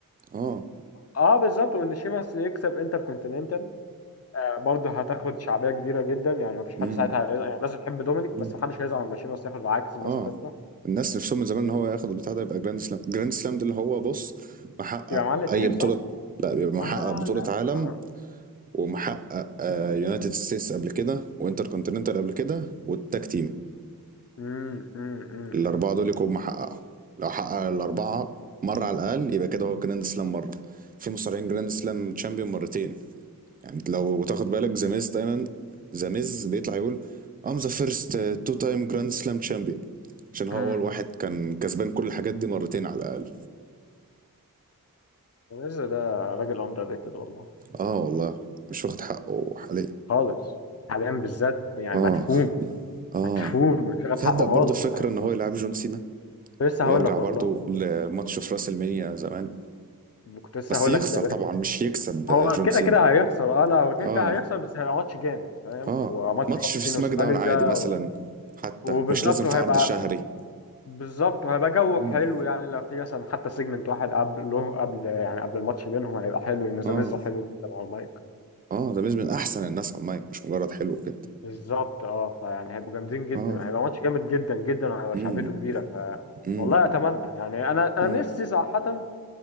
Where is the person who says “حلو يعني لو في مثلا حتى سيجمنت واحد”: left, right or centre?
Left